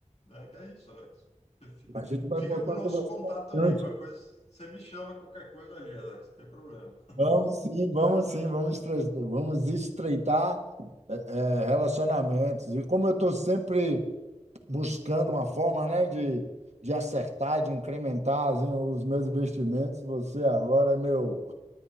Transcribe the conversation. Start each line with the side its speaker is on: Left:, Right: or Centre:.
Left: É, que é isso, Alex. Você fi-
Right: A gente vai
Left: Fica
Right: voltar
Left: com o nosso
Right: a conversar
Left: contato
Right: bastante.
Left: ali, qualquer coisa, você me chama qualquer coisa ali, Alex, não tem problema.
Right: Vamos sim, vamos sim, vamos, estre- vamos estreitar eh, eh, relacionamentos. E como eu estou sempre buscando uma forma, né, de, de acertar, de incrementar assim, os meus investimentos, você agora é meu,